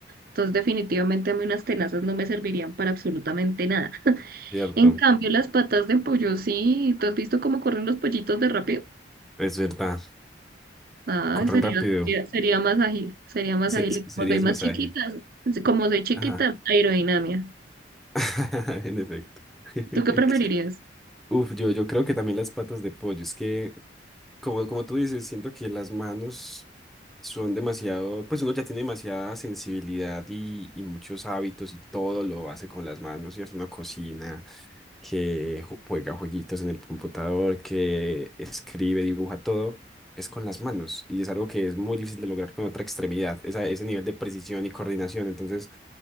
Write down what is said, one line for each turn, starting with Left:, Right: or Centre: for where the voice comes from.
Right: Entonces, definitivamente a mí unas tenazas no me servirían para absolutamente nada.
Centre: Cierto,
Right: En cambio, las patas de pollo, sí. ¿Tú has visto cómo corren los pollitos de rápido?
Centre: es verdad.
Right: Ah,
Centre: Corren
Right: sería,
Centre: rápido.
Right: sería, sería más ágil, sería más
Centre: Se-
Right: ágil.
Centre: se-
Right: Y como
Centre: serías
Right: soy más
Centre: más
Right: chiquita,
Centre: ágil.
Right: como soy chiquita,
Centre: Ajá,
Right: aerodinámica.
Centre: <laughs> en efecto. <laughs>
Right: ¿Tú qué preferirías?
Centre: Uf, yo, yo creo que también las patas de pollo. Es que Como, como tú dices, siento que las manos son demasiado, pues uno ya tiene demasiada sensibilidad y, y muchos hábitos y todo lo hace con las manos, ¿cierto? Uno cocina, que ju- juega jueguitos en el computador, que escribe, dibuja, todo es con las manos y es algo que es muy difícil de lograr con otra extremidad, esa- ese nivel de precisión y coordinación. Entonces,